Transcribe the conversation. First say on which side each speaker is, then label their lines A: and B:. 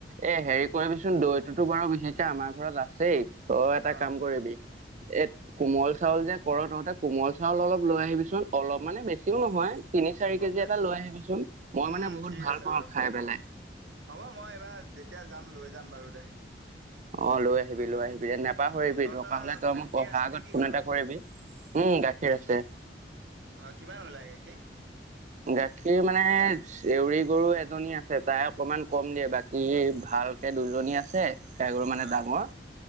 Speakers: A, on the right; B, on the right.
A: এ হেৰি কৰিবিচোন দৈততো বাৰু বিশেষকে আমাৰ ঘৰত আছেই, তই এটা
B: অ'।
A: কাম কৰিবি এট কোমল চাউল যে কৰৰ তহঁতে কোমল চাউল অলপ লৈ আহিবিচোন অলপ মানে বেছিও নহয়। তিনি চাৰি
B: গম
A: কেজি
B: পাইছো
A: এটা লৈ
B: অ
A: আহিবিচোন। মই
B: উম
A: মানে বহুত
B: ঠিক
A: ভাল
B: আছে
A: পাওঁ
B: বাৰু
A: খাই পেলাই।
B: হ'ব মই এইবাৰ যেতিয়া যাম লৈ যাম বাৰু দে।
A: অঁ লৈ আহিবি লৈ আহিবি নাপাহৰিবি
B: অ অ তহঁতৰ
A: দৰকা হ'লে তই
B: গাখীৰ
A: মোক অহাৰ
B: আছে
A: আগত
B: নে কি
A: ফোন
B: ঘৰত
A: এটা কৰিবি। উম গাখীৰ আছে।
B: অ কিমান ওলাই গাখীৰ?
A: গাখীৰ মানে চেউৰি গৰু এজনী আছে তাই অকনমান কম দিয়ে বা কি ভালকে দুজনী আছে কাই গৰু মানে
B: অ
A: ডাঙৰ,